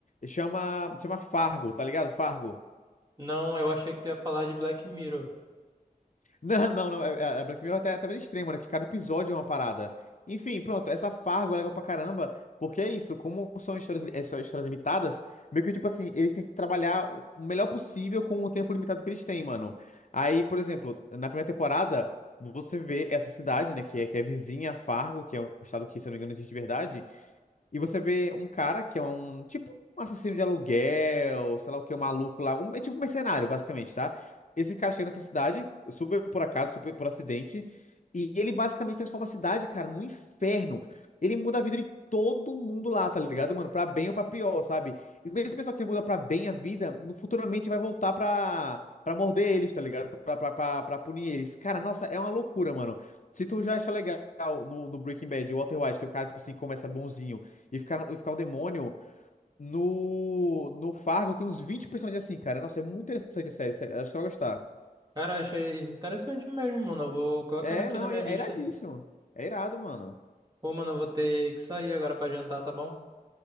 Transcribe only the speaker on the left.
Chama, chama Fargo, tá ligado? Fargo.
Não, não, não. É, é- é Black Mirror até, até meio extremo, né? Que cada episódio é uma parada. Enfim, pronto. Essa Fargo é legal pra caramba, porque é isso. Como são histórias, li- eh, são histórias limitadas, meio que, tipo assim, eles têm que trabalhar o melhor possível com o tempo limitado que eles têm, mano. Aí, por exemplo, na primeira temporada, você vê essa cidade, né? Que é, que é vizinha a Fargo, que é um estado que, se eu não me engano, existe de verdade. E você vê um cara que é um tipo um assassino de aluguel, sei lá o que, um maluco lá, um, é tipo um mercenário, basicamente, tá? Esse cara chega nessa cidade, super por acaso, super por acidente, e ele basicamente transforma a cidade, cara, num inferno. Ele muda a vida de todo mundo lá, tá ligado, mano? Pra bem ou pra pior, sabe? E mesmo o pessoal que muda pra bem a vida, no- futuramente vai voltar pra, pra morder eles, tá ligado? Pra, pra, pra, pra punir eles. Cara, nossa, é uma loucura, mano. Se tu já acha legal no, no Breaking Bad, o Walter White, que é o cara, tipo assim, começa bonzinho e ficar, e ficar um demônio. No, no Fargo tem uns 20 personagens assim, cara. Nossa, é muito interessante a série, sério. Acho que eu vou gostar.
É,
não,
é, é
iradíssimo. É irado, mano.